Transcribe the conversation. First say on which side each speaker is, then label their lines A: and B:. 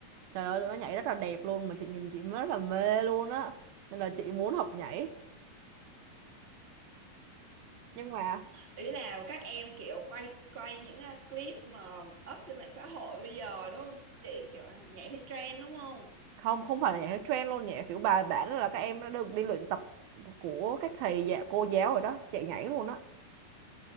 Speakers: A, on the right (about 80°); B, on the right (about 20°).
A: Trời ơi, tụi nó nhảy rất là đẹp luôn mà chị nhìn chị mới rất là mê luôn á. Nên là chị muốn học nhảy. Nhưng mà
B: ý là các em kiểu quay quay những ờ, clip mà up trên mạng xã hội bây giờ đúng không chị kiểu à, nhảy theo trend đúng không
A: không, không phải là nhảy theo trend luôn, nhảy kiểu bài bản là các em đã được đi luyện tập của các thầy dạ cô giáo rồi đó, chạy nhảy luôn á.